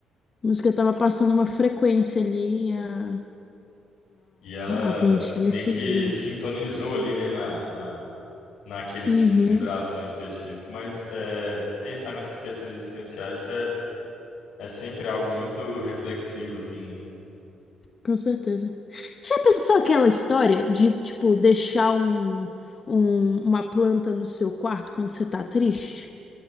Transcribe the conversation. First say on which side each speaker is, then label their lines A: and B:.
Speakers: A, on the left; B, on the left.
A: música tava passando uma frequência ali e a,
B: E ela
A: a, a plantinha
B: meio
A: seguiu.
B: que sintonizou ali, né, na, na, naquele
A: Uhum.
B: tipo de vibração específico. Mas é, pensar nessas questões existenciais é, é sempre algo muito reflexivo, assim, né?
A: Com certeza. Já pensou aquela história de, tipo, deixar um, um- uma planta no seu quarto quando você tá triste?